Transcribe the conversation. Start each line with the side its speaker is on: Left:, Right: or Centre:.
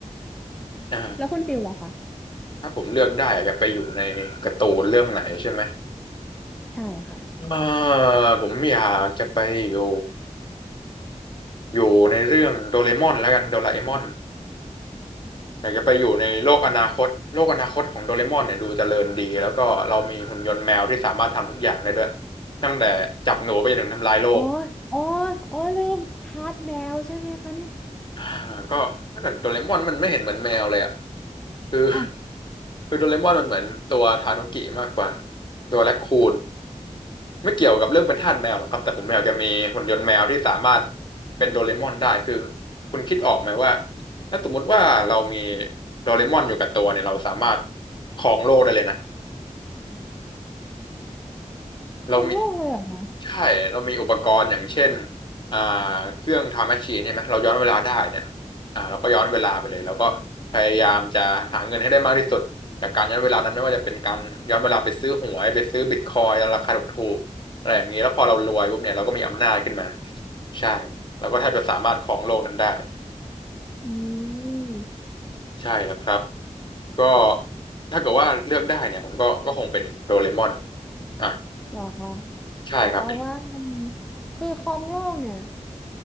Left: อ่า
Centre: แล้วคุณฟิลล่ะคะ
Left: ถ้าผมเลือกได้อยากไปอยู่ในการ์ตูนเรื่องไหนใช่ไหม
Centre: ใช่ค่ะ
Left: อ่าผมอยากจะไปอยู่อยู่ในเรื่องโดเรมอนแล้วกันโดราเอมอน อยากจะไปอยู่ในโลกอนาคตโลกอนาคตของโดเรมอนเนี่ยดูเจริญดีแล้วก็เรามีหุ่นยนต์แมวที่สามารถทำทุกอย่างได้ด้วยตั้งแต่จับหนูไปจนถึงทำลายโลก
Centre: อ๋ออ๋ออ๋อลืมทาสแมวใช่ไหมคะเนี่ย
Left: อ่าก็ก็แต่โดเรมอนมันไม่เห็นเหมือนแมวเลยอ่ะคือ
Centre: อ้าว
Left: คือโดเรมอนมันเหมือนตัวทานุกิมากกว่าตัวแรคคูนไม่เกี่ยวกับเรื่องเป็นทาสแมวหรอกครับแต่ผมอยากจะมีหุ่นยนต์แมวที่สามารถเป็นโดเรมอนได้คือคุณคิดออกไหมว่าถ้าสมมุติว่าเรามีโดเรมอนอยู่กับตัวเนี่ยเราสามารถครองโลกได้เลยนะเรามี
Centre: คงโล่งเลยเหรอคะ
Left: ใช่เรามีอุปกรณ์ อย่างเช่นอ่าเครื่องไทม์แมชชีนเนี่ยไหมเราย้อนเวลาได้เนี่ยอ่าเราก็ย้อนเวลาไปเลยแล้วก็พยายามจะหาเงินให้ได้มากที่สุดจากการย้อนเวลานั้นไม่ว่าจะเป็นการย้อนเวลาไปซื้อหวยไปซื้อบิตคอยน์ราคาถูกๆอะไรอย่างนี้แล้วพอเรารวยปุ๊บเนี่ยเราก็มีอำนาจขึ้นมาใช่เราก็แทบจะสามารถครองโลกนั้นได้
Centre: อืม
Left: ใช่แล้วครับก็ถ้าเกิดว่าเลือกได้เนี่ยผมก็ก็คงเป็นโดเรมอนอ่ะ
Centre: เหรอคะ
Left: ใช่ครับเป็น
Centre: แต่ตองว่ามันคือคลองโลกเนี่ย